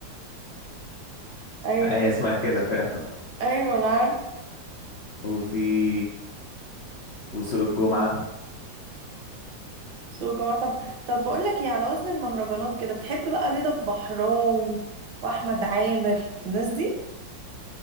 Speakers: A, on the right; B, on the left.
A: ايوه
B: آه، هي اسمها كده فعلا
A: ايوه انا عارف
B: وفي وسوق الجمعة
A: سوق جماعة طب طب بقول لك ايه على وزن المهرجانات كده بتحب بقى رضا البحراوي واحمد عامر الناس دي